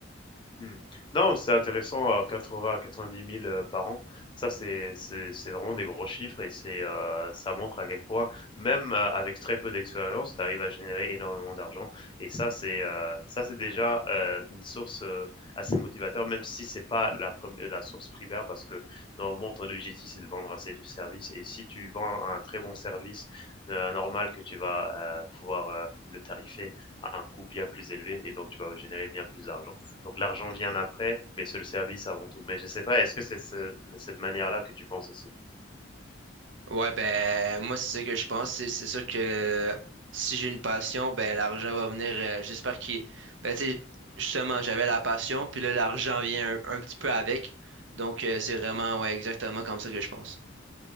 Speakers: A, on the left; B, on the right.
A: Mmh. Non, c'est intéressant à 80 à 90 000, heu, par an. Ça, c'est c'est c'est vraiment des gros chiffres et c'est, heu, ça montre à quel point, même, heu, avec très peu d'expérience, tu arrives à générer énormément d'argent et ça, c'est, heu, ça, c'est déjà, heu, une source, heu, assez motivateur, même si c'est pas la prem la source primaire parce que, normalement, ton objectif, c'est de vendre un sé service et si tu vends un très bon service, heu, normal que tu vas, heu, pouvoir, heu, le tarifer à un coût bien plus élevé et donc tu vas générer bien plus d'argent. Donc l'argent vient après, mais c'est le service avant tout. Mais je sais pas, est-ce que c'est ce- cette manière-là que tu penses aussi?
B: Ouais, ben moi c'est ça que je pense. C'est c'est sûr que si j'ai une passion, ben l'argent va venir. euh, j'espère qu'il. Ben tu sais, justement, j'avais la passion, puis là l'argent vient un, un petit peu avec. Donc euh, c'est vraiment ouais exactement comme ça que je pense.